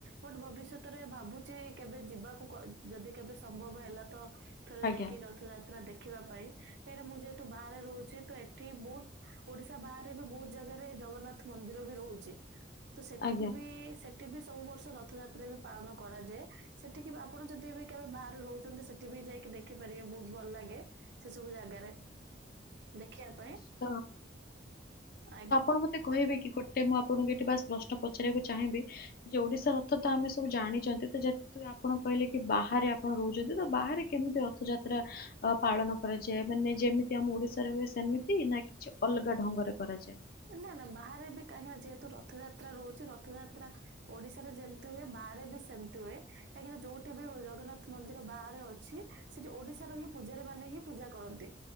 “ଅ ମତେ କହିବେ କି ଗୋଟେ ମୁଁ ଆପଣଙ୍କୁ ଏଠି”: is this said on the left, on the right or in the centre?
Left